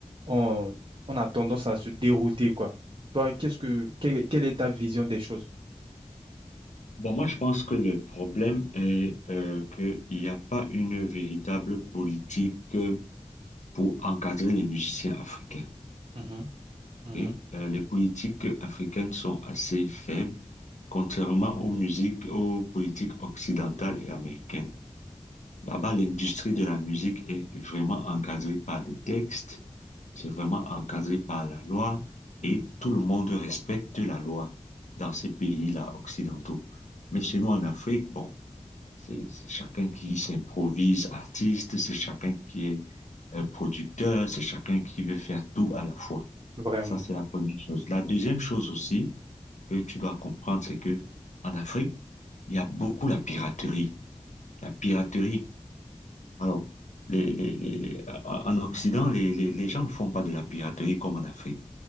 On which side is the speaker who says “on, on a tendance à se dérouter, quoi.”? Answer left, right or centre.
Right